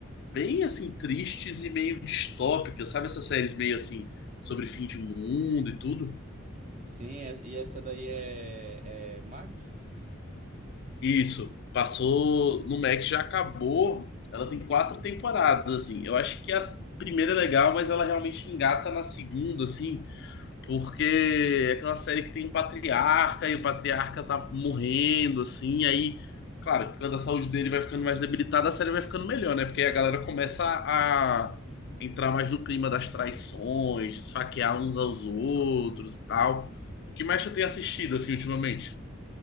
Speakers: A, on the left; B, on the right.
A: bem, assim, tristes e meio distópicas, sabe essas séries meio, assim, sobre fim de mundo e tudo?
B: Sim, é- e essa daí é, é Max?
A: Isso, passou
B: Essa...
A: no Max, já acabou. Ela tem quatro temporadas, assim. Eu acho que a primeira é legal, mas ela realmente engata na segunda, assim, porque é aquela série que tem um patriarca e o patriarca tá morrendo, assim. Aí, claro, quando a saúde dele vai ficando mais debilitada, a série vai ficando melhor, né? Porque aí a galera começa a entrar mais no clima das traições, esfaquear uns aos outros e tal. O que mais tu tem assistido, assim, ultimamente?